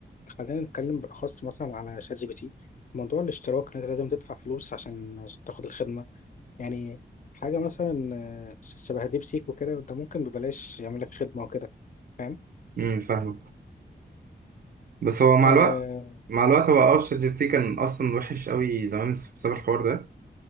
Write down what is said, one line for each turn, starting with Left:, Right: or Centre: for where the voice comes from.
Left: خلينا نتكلم بالاخص مثلا على شات جي بي تي موضوع الاشتراك ان انت لازم تدفع فلوس عشان عشان تاخد الخدمه يعني حاجه مثلا آه، شبه ديب سيك وكده ده ممكن ببلاش يعمل لك خدمه وكده فاهم
Right: امم فاهمك بس هو مع
Left: آه
Right: الوقت مع الوقت هو
Left: م.
Right: اه شات جي بي تي كان اصلا وحش قوي زمان بسبب الحوار ده